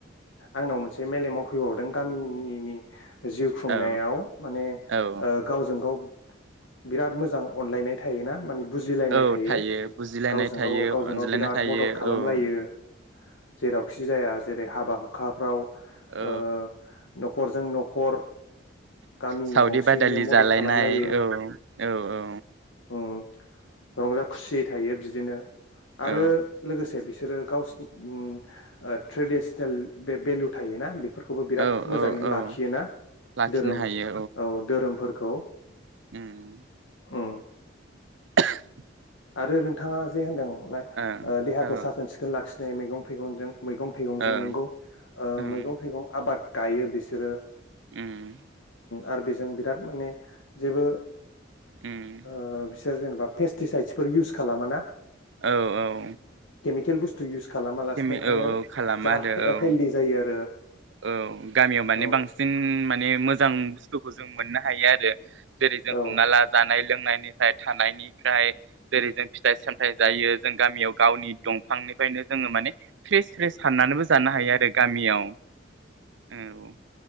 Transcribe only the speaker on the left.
आंनाव मोनसे मेलेमाव फैबावदों गामिनि जिउ खुंनायाव
माने
ओ गावजों गाव बिराद मोजां अनलायनाय थायोना माने बुजिलायनाय
थायो।
गावजों
गाव गावजों
गाव बिराद
मदद खालामलायो
जेरावखि जाया। जाया जेरै हाबा हुखाफ्राव
ओ न'खरजों न'खर गामि
गंसेयैनो
मदद
खालामलायो
उम रंजा खुसियै थायो बिदिनो आरो
लोगोसे बे बिसोरो गावसि ओम ओ ट्रेदिसनेल बे भेलु थायोना फोरखौबो बिराद
मोजाङैनो
लाखियोना
धोरोम
औ धोरोमफोरखौ
ओम
आरो नोंथाङा जे होनदों
देहाखौ
साखोन सिखोन लाखि मैगं थाइगंजों मैगं थाइगंजों
नोंगौ ओ
मैगं थाइगं आबाद गायो बिसोरो
आरो बेजों बिराद माने जेबो
ओ बिसोर जेनेबा पेस्टिसाइसफोर इउस खालामा ना
खेल बुस्थु इउस खालामा लासिनो
ओंखायनो
जा
हेल- हेलडि
जायो आरो
औ
औ